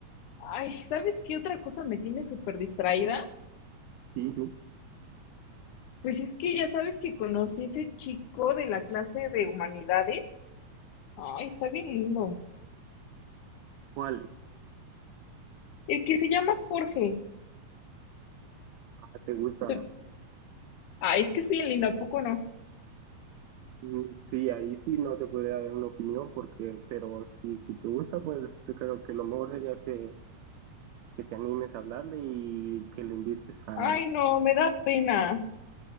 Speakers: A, on the left (about 75°); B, on the right (about 85°).
A: Ay, ¿sabes qué otra cosa me tiene súper distraída?
B: Sí, sí.
A: Pues es que ya sabes que conocí a ese chico de la clase de humanidades. Ay, está bien lindo.
B: ¿Cuál
A: El que se llama Jorge.
B: Ah, te gusta?
A: Tú- Ay, es que es bien lindo, ¿a poco no?
B: Mm, Sí, ahí sí no te podría dar una opinión porque, pero si, si te gusta, pues yo creo que lo mejor sería que, que te animes a hablarle y que lo invites a...
A: Ay, no, me da pena.